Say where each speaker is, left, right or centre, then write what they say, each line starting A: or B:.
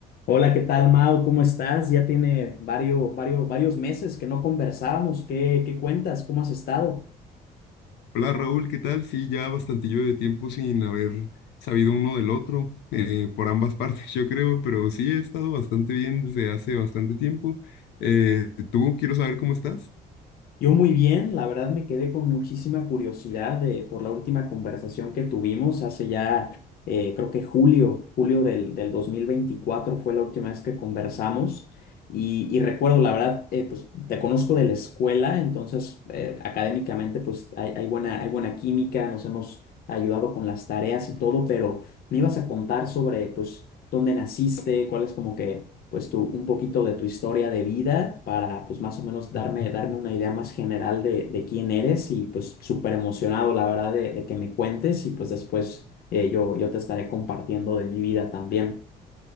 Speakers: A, on the left; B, on the left.
A: Hola, ¿qué tal, Mau? ¿Cómo estás? Ya tiene varios, varios, varios meses que no conversábamos. ¿Qué, qué cuentas? ¿Cómo has estado?
B: Hola Raúl, ¿qué tal? Sí, ya bastantillo de tiempo sin haber sabido uno del otro, eh, por ambas <laughs> partes yo creo, pero sí he estado bastante bien desde hace bastante tiempo. Eh, ¿tú quiero saber cómo estás?
A: Yo muy bien, la verdad me quedé con muchísima curiosidad de, por la última conversación que tuvimos hace ya, eh, creo que julio, julio del, del 2024 fue la última vez que conversamos y, y recuerdo, la verdad, eh, pues te conozco de la escuela, entonces eh, académicamente pues hay, hay buena, hay buena química, nos hemos ayudado con las tareas y todo, pero me ibas a contar sobre pues dónde naciste, cuál es como que pues tu, un poquito de tu historia de vida para pues más o menos darme, darme una idea más general de, de quién eres y pues súper emocionado la verdad de, de que me cuentes y pues después eh, yo, yo te estaré compartiendo de mi vida también.